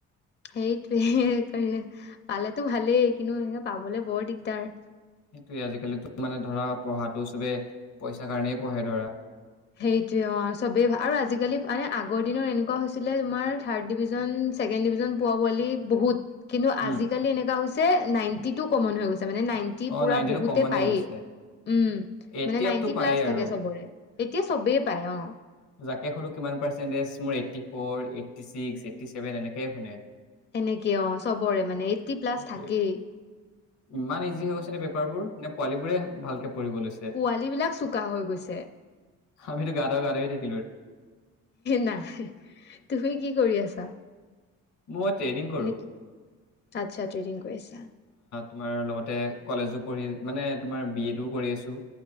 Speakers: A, on the left; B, on the left.
A: সেইটোৱে পালেতো ভালেই কিন্তু এ পাবলে বৰ দিগদাৰ
B: সেইটোয়ে আজিকালিতো মানে ধৰা পঢ়াটো চবে পইচাৰ কাৰণেই পঢ়ে ধৰা
A: সেইটোৱে অ চবেই ভ আৰু আজিকালি মানে আগৰ দিনৰ এনেকুৱা হৈছিলে তোমাৰ থাৰ্ড ডিভিজন ছেকেণ্ড ডিভিজন পোৱা পোৱালি বহুত কিন্তু
B: উম
A: আজিকালি এনেকুৱা হৈছে নাইনটি টু কমন হৈ গৈছে মানে নাইনটি
B: অ
A: পুৰা
B: নাইনটিটো
A: বহুতে
B: কমনে
A: পায়েই
B: হৈ গৈছে
A: উম
B: এইটটি
A: মানে নাইনটি
B: আপটো পায়েই
A: প্লাছ
B: আৰু
A: থাকে চবৰে এতিয়া চবেই পায় অ
B: তাকে সুধো কিমান পাৰ্চেন্টেজ মোৰ eighty four eighty six eighty seven এনেকে শুনে
A: এনেকে অ চবৰে মানে এইটটি প্লাছ
B: সেইটোয়ে
A: থাকেই
B: ইমান ইজি হৈ গৈছে নে পেপাৰবোৰ নে পোৱালী বোৰে ভালকে পঢ়িব লৈছে
A: পোৱালী বিলাক চোকা হৈ গৈছে
B: আমিতো গাধ গাধৰে থাকি
A: নাই তুমি কি কৰি আছা
B: মই মই ট্ৰেইনিং কৰো
A: মানে কি আচ্ছা ট্ৰেডিং কৰি আছা
B: তোমাৰ লগতে কলেজো পঢ়ি মানে তোমাৰ বি এডটোও কৰি আছো